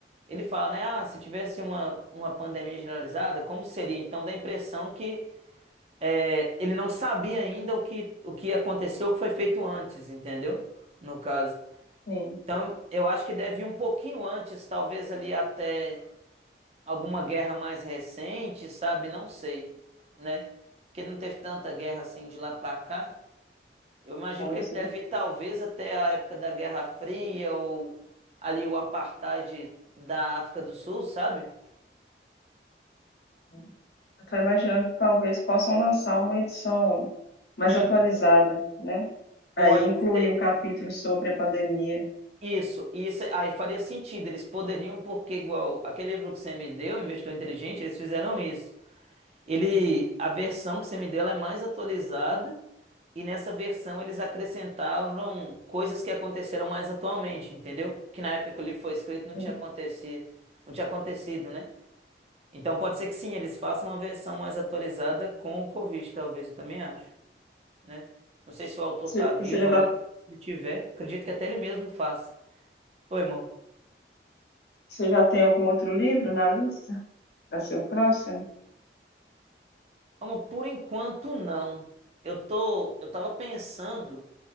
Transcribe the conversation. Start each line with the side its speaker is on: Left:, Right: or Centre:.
Right: ele fala, né? Ah, se tivesse uma, uma pandemia generalizada, como seria? Então dá a impressão que é, ele não sabia ainda o que, o que aconteceu, o que foi feito antes, entendeu? No caso.
Left: Sim.
Right: Então, eu acho que deve ir um pouquinho antes, talvez ali até alguma guerra mais recente, sabe? Não sei, né? Porque não teve tanta guerra assim de lá pra cá. Eu imagino
Left: Pois,
Right: que ele
Left: né?
Right: deve ir talvez até a época da Guerra Fria ou ali o apartheid da África do Sul, sabe?
Left: Eu estou imaginando que talvez possam lançar uma edição mais
Right: Hum.
Left: atualizada, né?
Right: Pode
Left: Aí incluir
Right: ser.
Left: um capítulo sobre a pandemia.
Right: Isso, isso aí faria sentido. Eles poderiam, porque igual aquele livro que você me deu, Investidor Inteligente, eles fizeram isso. Ele, a versão que você me deu, ela é mais atualizada e nessa versão eles acrescentavam coisas que aconteceram mais atualmente, entendeu? Que na época que o livro foi escrito não
Left: Sim.
Right: tinha acontecido, não tinha acontecido, né? Então pode ser que sim, eles façam uma versão mais atualizada com o Covid, talvez, eu também acho, né? Não sei se o autor
Left: Você
Right: tá vivo
Left: você já
Right: ainda,
Left: tá,
Right: mas se ele tiver, acredito que até ele mesmo faça. Oi, irmão.
Left: você já tem algum outro livro na lista para ser o próximo?
Right: Amor, por enquanto não. Eu tô, eu tava pensando